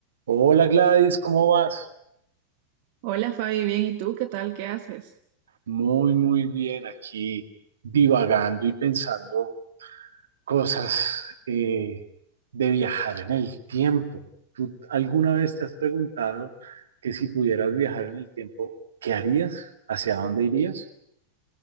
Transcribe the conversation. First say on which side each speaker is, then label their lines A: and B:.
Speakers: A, on the right (about 65°); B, on the right (about 45°).
A: Hola Gladys, ¿cómo vas?
B: Hola Fabi, bien, ¿y tú qué tal? ¿Qué haces?
A: Muy, muy bien, aquí divagando y pensando cosas eh, de viajar en el tiempo. ¿Tú alguna vez te has preguntado que si pudieras viajar en el tiempo, ¿qué harías? ¿Hacia dónde irías?